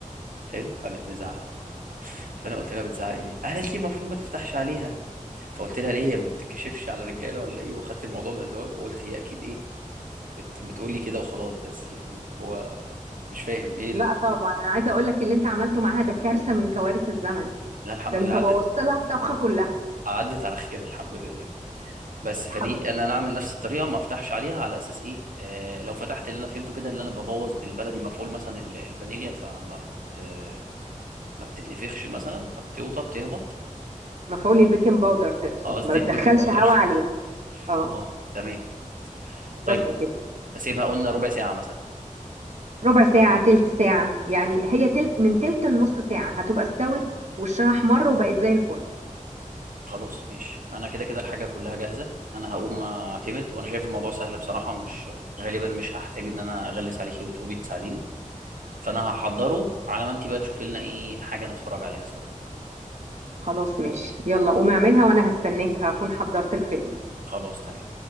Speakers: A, on the right (about 80°); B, on the right (about 55°).
A: حلو قامت مزعقه <laughs> فانا قلت لها بتزعقي ليه قالت لي المفروض ما تفتحش عليها فقلت لها ليه هي ما بتتكشفش على رجاله ولا ايه واخدت الموضوع بهزار وقلت هي اكيد ايه بت... بتقول لي كده وخلاص بس يعني اللي هو مش فاهم ايه
B: لا
A: اللي...
B: طبعا انا عايزة اقول لك اللي انت عملته معاها ده كارثة من كوارث الزمن
A: لا الحمد
B: ده انت
A: لله عدت
B: بوظت لها الطبخة كلها
A: عدت على خير الحمد لله بس
B: الحمد
A: فدي
B: لله
A: انا انا اعمل نفس الطريقه ما افتحش عليها على اساس ايه آه لو فتحت اللي انا فهمته كده اللي انا ببوظ بالبلدي مفعول مثلا ال- الفانيليا فما بت... ما بتتنفخش مثلا فبتوطى بتهبط
B: مفعول البيكنج باودر تقصد
A: آه، قصدي
B: ما
A: البيكنج
B: بتدخلش
A: باودر
B: هوا عليه
A: <laughs>
B: اه
A: اه تمام طيب
B: بس كده
A: اسيبها قلنا ربع ساعه مثلا
B: ربع ساعة تلت ساعة يعني هي تلت من تلت لنص ساعة هتبقى استوت وشها احمر وبقت زي الفل
A: خلاص ماشي ما انا كده كده الحاجه كلها جاهزه انا هقوم اعتمد وانا شايف الموضوع سهل بصراحه مش غالبا مش هحتاج ان انا اغلس عليكي وتقومي تساعديني فانا هحضره على ما انت بقى تشوفي لنا ايه حاجه نتفرج عليها سوا
B: خلاص ماشي يلا قوم اعملها وانا هستناك هكون حضرت الفيلم
A: خلاص تمام